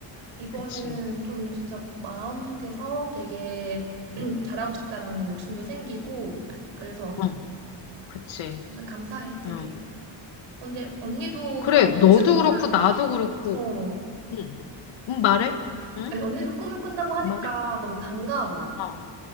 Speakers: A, on the right; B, on the left.
A: 이번에는
B: 그치.
A: 좀 진짜 마음속에서 되게 <clears throat> 잘하고 싶다라는 욕심도 생기고 그래서
B: 어, 그치.
A: 무슨 감사해 되게
B: 어.
A: 어, 근데 언니도
B: 그래,
A: 그런 같이
B: 너도
A: 꿈을
B: 그렇고, 나도 그렇고,
A: 어
B: 응, 응, 말해?
A: 언-
B: 응?
A: 아니 언니도 꿈을 꾼다고 하니까
B: 말해?
A: 너무 반가워
B: 어,